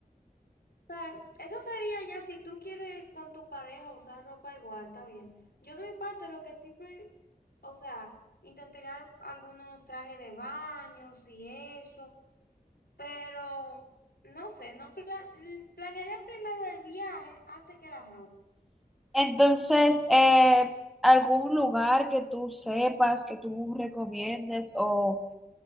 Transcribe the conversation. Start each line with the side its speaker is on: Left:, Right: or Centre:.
Left: O sea, eso sería ya si tú quieres con tu pareja usar ropa igual, está bien. Yo de mi parte lo que siempre, o sea, intentaría algunos trajes de baños y eso. Pero, no sé, no pla- mm, planearía primero el viaje antes que la ropa.
Centre: Entonces, eh, algún lugar que tú sepas, que tú recomiendes, o,